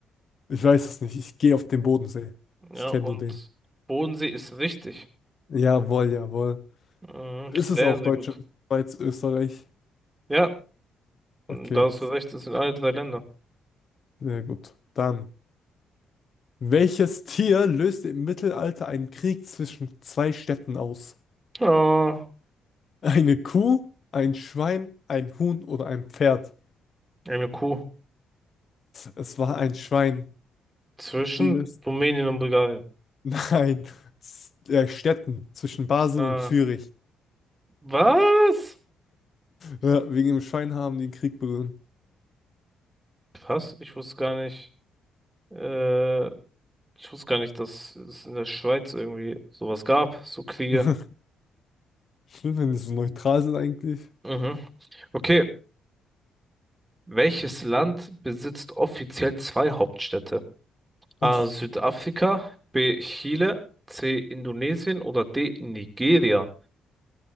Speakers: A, on the left; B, on the right.
A: Ich weiß es nicht. Ich gehe auf den Bodensee.
B: Ja,
A: Ich kenne
B: und
A: nur den.
B: Bodensee ist richtig.
A: Jawohl, jawohl.
B: Mhm,
A: Ist
B: sehr,
A: es auch
B: sehr
A: Deutschland,
B: gut.
A: Schweiz, Österreich?
B: Ja, da
A: Okay,
B: hast du recht, es sind alle drei Länder.
A: sehr gut. Dann. Welches Tier löste im Mittelalter einen Krieg zwischen zwei Städten aus?
B: Ah,
A: Eine Kuh, ein Schwein, ein Huhn oder ein Pferd?
B: eine Kuh.
A: Es war ein Schwein.
B: Zwischen
A: Die löst
B: Rumänien und Bulgarien.
A: Nein, Z- äh, Städten zwischen Basel
B: Ah,
A: und Zürich.
B: was?
A: Ja, wegen dem Schwein den Krieg begonnen.
B: Krass, ich wusste gar nicht. Äh, ich wusste gar nicht, dass es in der Schweiz irgendwie sowas gab, so Kriege.
A: <laughs> Schlimm, wenn die so neutral sind eigentlich.
B: Mhm. Okay, welches Land besitzt offiziell zwei Hauptstädte?
A: Was?
B: A. Südafrika, B. Chile, C. Indonesien oder D. Nigeria?